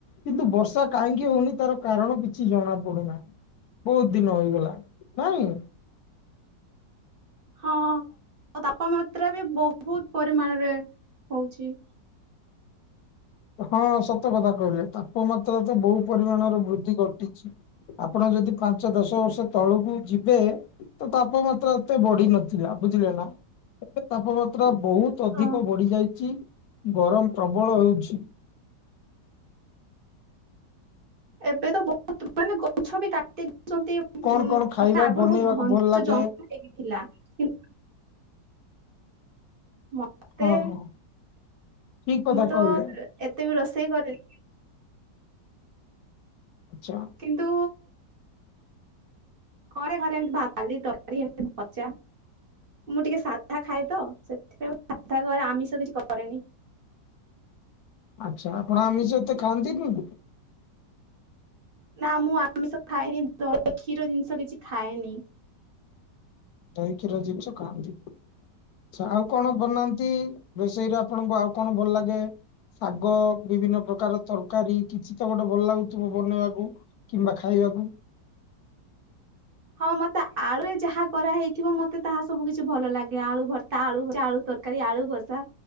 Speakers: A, on the left; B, on the right.
A: କିନ୍ତୁ ବର୍ଷା କାହିଁକି ହଉନି ତାର କାରଣ କିଛି ଜଣା ପଡୁନାହିଁ ବହୁତ ଦିନ ହେଇଗଲା ନାଇ
B: ହଁ ତାପମାତ୍ରା ବି ବହୁତ ପରିମାଣରେ ହଉଛି
A: ହଁ ସତ କଥା କହିଲେ ତାପମାତ୍ରା ତ ବହୁ ପରିମାଣର ବୃଦ୍ଧି ଘଟିଛି ଆପଣ ଯଦି ପାଞ୍ଚ ଦଶ ବର୍ଷ ତଳକୁ ଯିବେ ତ ତାପମାତ୍ରା ଏତେ ବଢି ନଥିଲା ବୁଝିଲେ ନା ଏ ତାପମାତ୍ରା ମାତ୍ରା ବହୁତ ଅଧିକ
B: ହଁ
A: ବଢି ଯାଇଛି ଗରମ ପ୍ରବଳ ହେଉଛି
B: ଏବେ ତ ବହୁତ ମାନେ ଗଛ ବି କାଟି ଦଉଛନ୍ତି ଉ
A: କଣ
B: ମାନେ
A: କଣ ଖାଇବା
B: ଆଗରୁ
A: ବନେଇବାକୁ
B: ବହୁତ ଘଞ୍ଚ
A: ଭଲ ଲାଗେ
B: ଜଙ୍ଗଲ ହେଇଥିଲା କିୁ ମତେ
A: ହଁ ହଁ ଠିକ କଥା
B: ମୁଁ ତ
A: କହିଲେ।
B: ଏତେ ବି ରୋଷେଇ କଲିି
A: ଆଚ୍ଛା
B: କିନ୍ତୁ ଘରେ ଘରେ ଏମିତି ଭାତତାଲି ତରକାରୀ ଏମିତି ଭଚା ମୁଁ ଟିକେ ସାଧା ଖାଏ ତ ସେଥିପାଇଁ ମୁ ସାଧା କରେ ଆମିଷ କିଛି କରେନି
A: ଆଚ୍ଛା ଆପଣ ଆମିଷତେ ଖାଆନ୍ତିନିେ
B: ନା ମୁଁ ଆମିଷ ଖାଏନି କ୍ଷୀର ଜିନିଷ କିଛି ଖାଏନି
A: ଦହି କ୍ଷୀର ଜିନିଛ କାନ୍ତି ଆଛ ଆଉ କଣ ବନାନ୍ତି ରୋଷେଇରେ ଆପଣଙ୍କୁ ଆଉ କଣ ଭଲ ଲାଗେ ଶାଗ ବିଭିନ୍ନ ପ୍ରକାର ତରକାରୀ କିଛି ତ ଗୋଟେ ଭଲ ଲାଗୁଥିବ ବନେଇବାକୁ କିମ୍ବା ଖାଇବାକୁ
B: ହଁ ମତେ ଆଳୁରେ ଯାହା କରାହେଇଥିବ ମତେ ତାହା ସବୁ କିଛି ଭଲ ଲାଗେ ଆଳୁ ଭର୍ତା ଆଳୁଳୁ ତ ତରକାରୀ ଆଳୁ କଷା